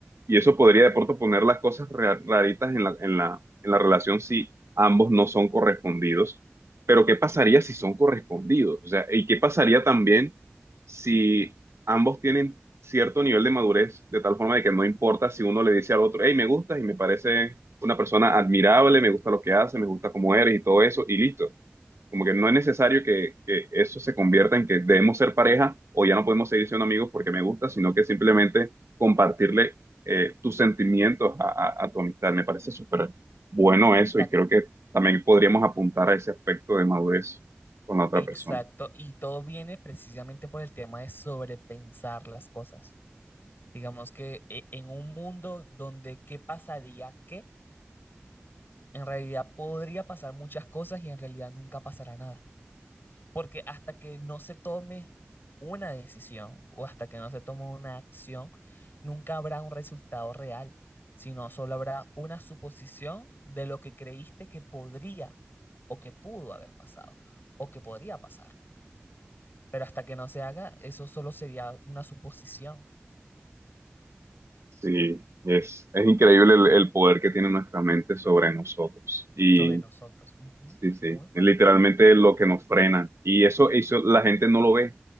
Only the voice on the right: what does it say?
Y eso podría de pronto poner las cosas ra- raritas en la, en la, en la relación si ambos no son correspondidos. Pero ¿qué pasaría si son correspondidos? O sea, ¿y qué pasaría también si ambos tienen cierto nivel de madurez, de tal forma de que no importa si uno le dice al otro, hey, me gustas y me parece una persona admirable, me gusta lo que hace, me gusta cómo eres y todo eso, y listo. Como que no es necesario que, que eso se convierta en que debemos ser pareja o ya no podemos seguir siendo amigos porque me gusta, sino que simplemente compartirle eh, tus sentimientos a, a- a tu amistad. Me parece súper bueno
eso y creo que también podríamos apuntar a ese aspecto de madurez con la otra
persona.
Sí, es, es increíble el, el poder que tiene nuestra mente sobre nosotros. Y
Sí, sí,
es literalmente lo que nos frena. Y eso, eso la gente no lo ve.